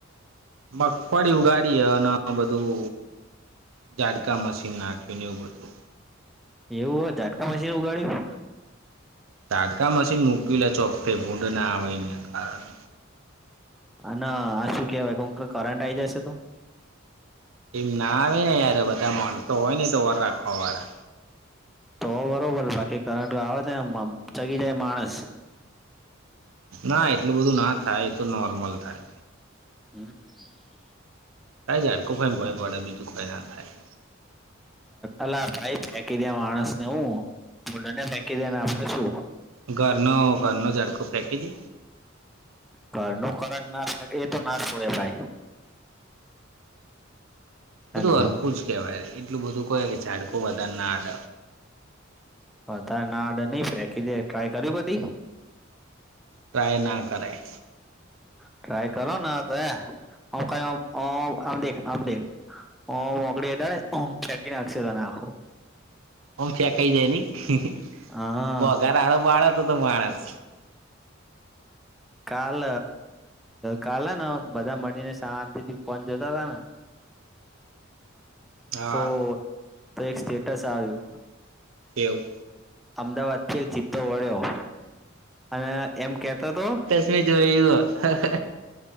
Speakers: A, on the right; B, in the centre.
A: મગફળી ઉગાડી હ અને આ બધું ઝાડકા મશીન નાખ્યું ને એવુ બધુ
B: એવું હોય જાટકા મશીન ઉગાડ્યુ
A: તાટકા મશીન મૂકી લ ચોખ્ફે ભૂંડ ના આવેને કારણે
B: ના આ શું કેહેવાય કો કરંટ આ આવી જશે તો
A: એમ ના આવે ને યાર બધા માણસો હોય નને તો વર રાખવા વાળા
B: તો બરોબર બાકી કરંટ આવે ને ચગ જાય માણસ
A: ના એટલું બધું ના થાય એ તો નોર્મલ થાય.
B: હમ્મ
A: જાડકો ખાઈ ભય પડે બીજું કોઈ ના થાય.
B: અલા ભાઈ ફેકી દે માણસ ને હું ભૂંડને ફેંકી દે ને આપડે શુ
A: ઘરનો ઘરનો ઝાટકો ફેકી દે
B: ઘરનો કરંત લાગે એ તો ના છોડે ભાઈ
A: બધું
B: હેલો
A: અરખું જ કહેવાય એટલું બધું કહે કે ઝાડકો વધારે ના અડ
B: વધાર ના અડે નહી ફેંકી દે ટ્રાય કર્યું કદી
A: ટ્રાય ના કરાય
B: ટ્રાય કરો ને તો એ આમ કરી આમ દેખ આમદે. ઓ મોકડી અડાડે ને ઓમ ફેંકી નાખશે તને આખો
A: આમ ફેકાઈ જાય નહી
B: હા
A: વઘાર આડો પાળો તો તો માણસ
B: કાલ કાલ હ ને બધા મળીને શાંતિ થી પહોચ જતા હતા ને
A: હા
B: તો તો એક સ્ટેટસ આયુ
A: કેવુ
B: અમદાવાદ થી એક ચિત્તો વળ્યો અને એમ કેતો તો
A: એ જોયુ હ